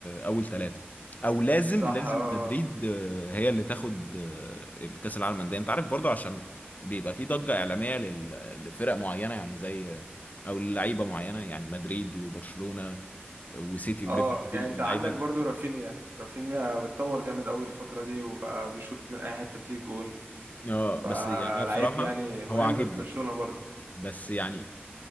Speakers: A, on the left; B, on the right.
A: اول ثلاثة او لازم
B: صح
A: لازم
B: اه
A: مدريد آه، هي اللي تاخد آه، الكاس العالم للانديه انت عارف برضه عشان بيبقى في ضجة اعلامية لل- لفرق معينة يعني زي او لعيبة معينة يعني مدريد وبرشلونة وسيتي وليفربول
B: اه يعني
A: اللعيبة
B: انت عندك
A: دي
B: برضو رافينيا رافينيا بتطور جامد قوي الفترة دي وبقى بيشوط من اي حتة بتيجي جون
A: اه
B: بقى
A: بس يعني انا بصراحة
B: لعيب يعني مهم
A: هو عاجبني
B: في برشلونة برضو
A: بس يعني